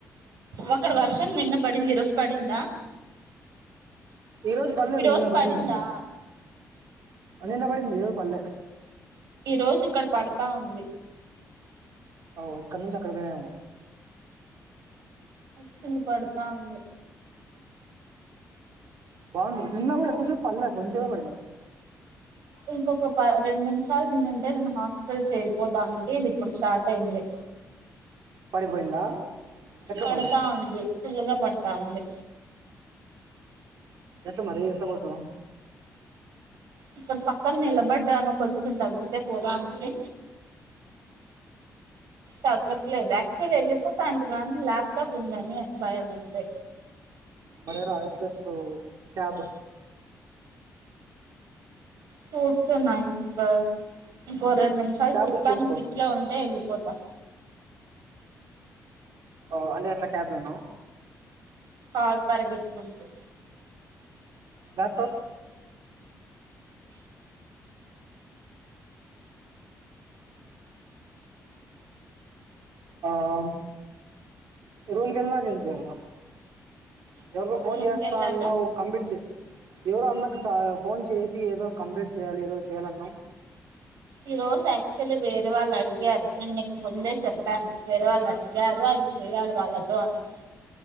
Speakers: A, on the right; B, on the right.
A: ఒకడు వర్షం నిన్న పడింది ఈరోజు పడిందా
B: ఈ రోజు పడలేదు
A: ఈరోజు
B: నిన్న పడింది
A: పడిందా
B: అంతే నిన్న పడింది ఏవో పల్లె
A: ఈ రోజు ఇక్కడ పడతా ఉంది
B: ఓ ఇక్కడ నుంచి అక్కడ పోయినాముో
A: వచ్చింది పడుతా ఉంది
B: బాగుంది నిన్న కూడా ఎక్కువసేపు పడలే కొంచంంచేవా పడింది
A: ఇంకొక రెండు నిమిషాలు ఉందంటే నేను హాస్టల్ చేరిపోవటానికి ఇది ఇప్పుడు స్టార్ట్ అయింది
B: పడిపోయిందా ఎట్లా
A: పడతా
B: మరి
A: ఉంది పల్గా పడత అను
B: ఎంత మరి ఎత్త పోతం
A: ఇక్కడ పక్కన నిలబడ్డాను కొంచెం తగ్గితే పోదానండి తగ్గట్లేదు యాక్చువల్ వెళ్ళిపోతా అంటగానీ ల్యాప్టాప్ ఉందని భయం అంతే
B: మరరా ఎడ్రెస్ క్యాబ్
A: చూస్తున్నా ఇంకొక ఇంకొర న్ని నిమిషాలు
B: క్యాబ్
A: చూస్తాను
B: బుక్ చేసుకో
A: ఇం ఇట్లో ఉంటే వెళ్ళి పోత
B: ఓ అంటే అట్ల క్యాబ్ లోన్నావ్
A: కాచ్ పార్గెత్కుంటూ
B: ల్యాప్టాప్ ఆమ్ రూమ్ గెల్నాక్ ఎం చేయల్న ఎవర్కో ఫోన్
A: రూమ్కి
B: చేస్తా
A: వెళ్ళాక
B: అన్నావ్. కంబిట్ చే ఎవరో అన్నక్ కయ్ ఫోన్ చేసి ఏదో కంప్లీట్ చేయాలి ఏదో చేయ్యాలన్నావ్.
A: ఈ రోజు యాక్చువల్లీ వేరే వాళ్ళు అడిగారు. నేన్ నిక్ ముందే చెప్పాను. వేరే వాళ్ అడిగారు అది చేయాలి వాళ్ళతో అని.